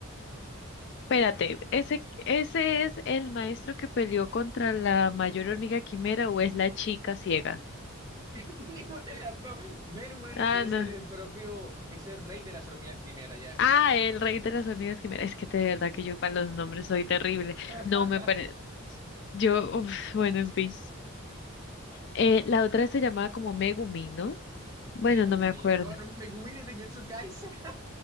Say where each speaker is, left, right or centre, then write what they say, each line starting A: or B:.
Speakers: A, on the left (about 55°); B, on the right (about 15°).
A: espérate, ¿ese, ese es el maestro que peleó contra la mayor hormiga quimera o es la chica ciega?
B: <laughs> Ninguna de las dos. Merwen
A: Ah,
B: es
A: no.
B: el, el propio, es el rey de las hormigas primera ya.
A: Ah, el rey de las hormigas quimera. Es que de verdad que yo para los nombres soy terrible.
B: <laughs>
A: No me parece. Yo, uf, bueno, en fin. Eh, la otra se llamaba como Megumi, ¿no? Bueno,
B: Megumi.
A: no me acuerdo.
B: No, no, Megumi de Jujutsu Kaisen. <laughs>